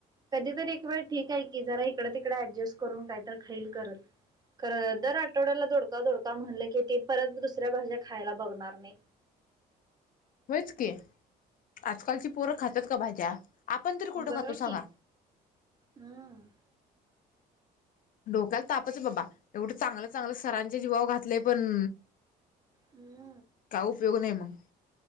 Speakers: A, on the right; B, on the left.
A: कधीतरी एक वेळ ठीक आहे की, जरा इकड तिकडे ऍडजस्ट करून काहीतर खाईल करल. खरं दर आठवड्याला दोडका दोडका म्हणलं की, ते परत दुसऱ्या भाज्या खायला बघणार नाही.
B: होयच की, आजकालची पोरं खातात का भाज्या? आपण तरी कुठं
A: बघा
B: खातो
A: कि,
B: सांगा
A: हम्म.
B: डोक्याला तापच आहे बाबा, एवढं चांगलं चांगलं सरांचे जीवावर घातलेय पण
A: हम्म.
B: काय उपयोग नाही मग.